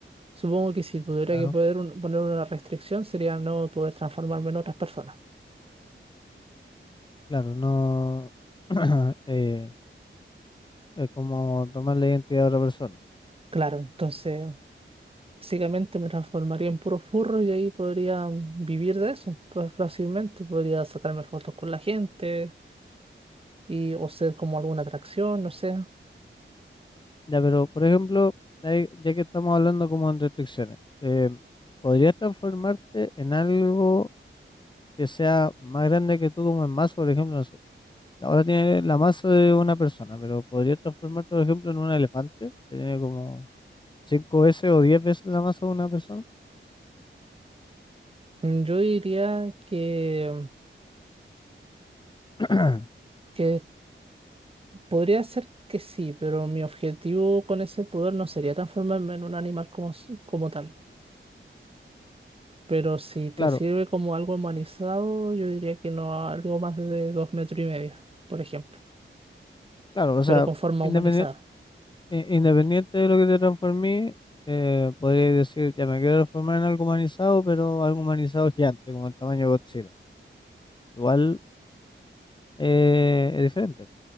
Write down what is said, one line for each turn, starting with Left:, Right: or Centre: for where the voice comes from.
Right: Supongo que si tuviera
Left: Claro,
Right: que poder un- poner una restricción sería no poder transformarme en otras personas.
Left: claro, no <clears throat> eh, es como tomar la identidad de otra persona.
Right: Claro, entonces básicamente me transformaría en puro furro y ahí podría vivir de eso pues, fácilmente. Podría sacarme fotos con la gente y o ser como alguna atracción, no sé.
Left: Ya, pero por ejemplo, ahí- ya que estamos hablando como en restricciones, eh, ¿podrías transformarte en algo que sea más grande que tú como en masa? Por ejemplo, no sé, ahora tiene la masa de una persona, pero ¿podrías transformarte, por ejemplo, en un elefante que tiene como 5 veces o 10 veces la masa de una persona?
Right: Mm, Yo diría que,
Left: <clears throat>
Right: que podría ser que sí, pero mi objetivo con ese poder no sería transformarme en un animal como, s- como tal. Pero si te
Left: Claro,
Right: sirve como algo humanizado, yo diría que no algo más de dos metros y medio, por ejemplo,
Left: claro, o
Right: pero
Left: sea,
Right: con forma
Left: independiente,
Right: humanizada.
Left: independiente de lo que te transformé, eh, podría decir, ya me quiero transformar en algo humanizado, pero algo humanizado gigante, como el tamaño de Godzilla. Igual eh, es diferente.